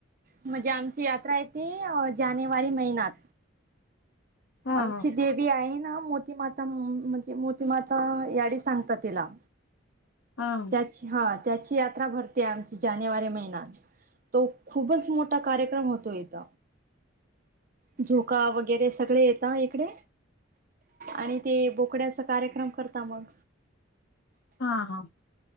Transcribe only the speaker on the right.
म्हणजे आमची यात्रा येते जानेवारी महिन्यात
आमची देवी आहे ना मोती माता म.. म्हणजे मोतीमाता याडी सांगतात तिला
त्याची हा त्याची यात्रा भरते आमची जानेवारी महिन्यात तो खूपच मोठा कार्यक्रम होतो इथ झोका वगैरे सगळे येत इकडे आणि ते बोकड्याचा कार्यक्रम करता मग